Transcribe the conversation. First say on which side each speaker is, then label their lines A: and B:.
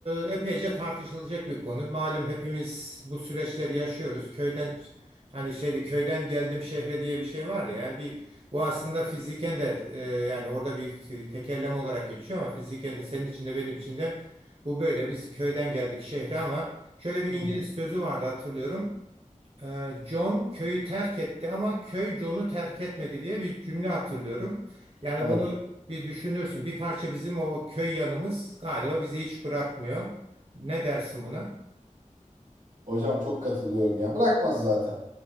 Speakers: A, on the right (about 50°); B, on the right (about 80°).
A: e, epeyce tartışılacak bir konu. Malum hepimiz bu süreçleri yaşıyoruz. Köyden hani şeyde köyden geldim şehre diye bir şey var ya. Yani bir bu aslında fiziken de e, yani orada bir tekerleme olarak geçiyor ama fiziken de senin için de benim için de bu böyle. Biz köyden geldik şehre ama şöyle bir
B: Hı
A: İngiliz
B: hı.
A: sözü vardı hatırlıyorum. Ee, John köyü terk etti ama köy John'u terk etmedi diye bir cümle hatırlıyorum. Yani
B: Evet.
A: bunu bir düşünürsün. Bir parça bizim o köy yanımız galiba bizi hiç bırakmıyor. Ne dersin buna?
B: Hocam çok katılıyorum yani. Bırakmaz zaten.